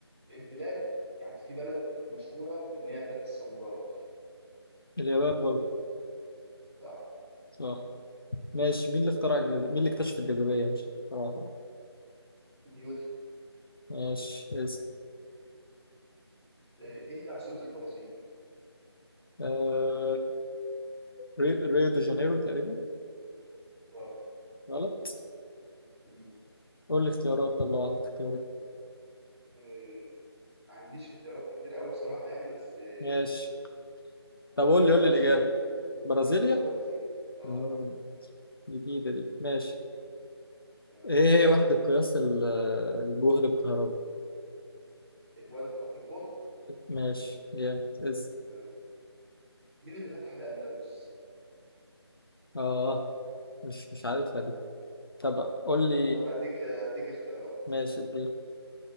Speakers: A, in the centre; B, on the left.
A: البلاد يعني في بلد مشهوره بان هي بلاد الساموراي
B: اليابان برضه
A: صح
B: صح ماشي مين اللي اخترع
A: إيه
B: الجز... مين اللي اكتشف الجاذبية مش صراحة
A: نيوتي
B: ماشي اسأل
A: إيه إيه هي عاصمه البرازيل
B: آه... ري... ريو دي جانيرو تقريبا
A: غلط
B: غلط
A: مم.
B: قول لي اختيارات طب لو عندك اختيارات
A: إيه ما عنديش اختيارات كتير قوي بصراحه يعني بس إيه
B: ماشي طب
A: آه،
B: قول
A: برازيليا
B: لي قول لي الإجابة برازيليا
A: هي اسمها برازيل اه
B: امم جديدة دي ماشي
A: تمام
B: ايه هي وحدة قياس ال- الجهد الكهربي
A: البعد الق... الفولق
B: ماشي جامد اسأل
A: تمام مين اللي فتح الأندلس؟
B: اه مش مش عارفها دي طب قول لي
A: طب هديك هديك اختيارات
B: ماشي دي